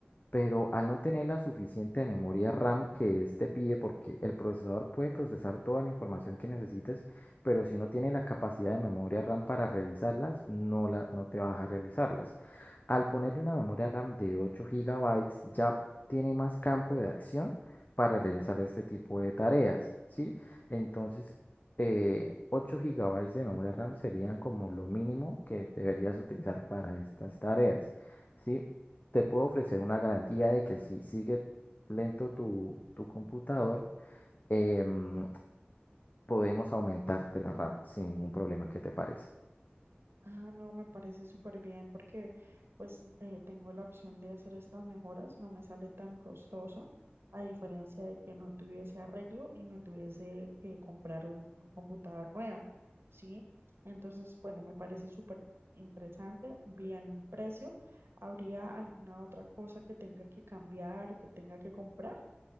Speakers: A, on the left (about 45°); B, on the right (about 75°).
A: pero al no tener la suficiente memoria RAM que este pide, porque el procesador puede procesar toda la información que necesites, pero si no tiene la capacidad de memoria RAM para realizarlas, no, la, no te vas a realizarlas. Al ponerle una memoria RAM de 8 gigabytes ya tiene más campo de acción para realizar este tipo de tareas, ¿sí? Entonces, eh, 8 gigabytes de memoria RAM serían como lo mínimo que deberías utilizar para estas tareas, ¿sí? te puedo ofrecer una garantía de que si sigue lento tu, tu computador, em, podemos aumentarte la RAM sin ningún problema. ¿Qué te parece?
B: Ah, no, me parece súper bien porque pues eh, tengo la opción de hacer estas mejoras, no me sale tan costoso, a diferencia de que no tuviese arreglo y me tuviese que comprar un, un computador nuevo, ¿sí? Entonces, bueno, me parece súper interesante, bien el precio. ¿Habría alguna otra cosa que tenga que cambiar o que tenga que comprar?